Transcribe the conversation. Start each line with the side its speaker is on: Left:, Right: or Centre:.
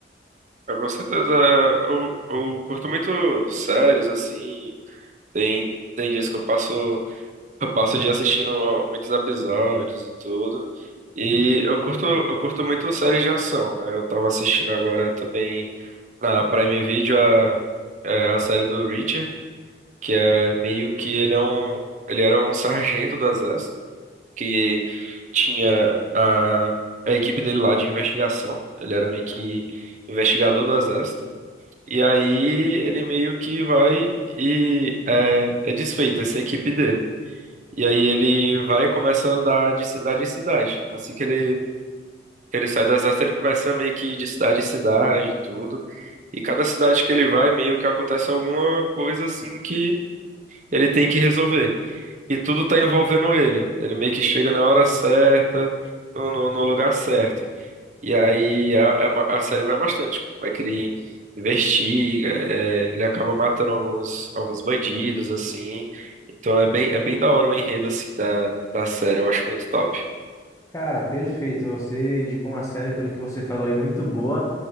Right: Eu, com certeza, eu, eu curto muito séries, assim. Tem, tem dias que eu passo, eu passo o dia assistindo muitos episódios e tudo. E eu curto, eu curto muito séries de ação, né? Eu tava assistindo agora também na Prime Video a, é, a série do Reacher. que é meio que ele é um, ele era um sargento do exército que tinha a, a equipe dele lá de investigação. Ele era meio que investigador do exército. E aí ele meio que vai e é, é desfeita essa equipe dele. E aí ele vai e começa a andar de cidade em cidade. Assim que ele que Ele sai do exército, ele começa meio que ir de cidade em cidade, e tudo. E cada cidade que ele vai, meio que acontece alguma coisa assim que ele tem que resolver. E tudo tá envolvendo ele. Ele meio que chega na hora certa, no, no- no lugar certo. E aí a, a- a série vai bastante. Como é que ele investiga, é, ele acaba matando alguns, alguns bandidos, assim. Então é bem, é bem da hora o enredo, assim, da, da série. Eu acho muito top.
Left: Cara, perfeito. Você indicou uma série, pelo que você falou, é muito boa,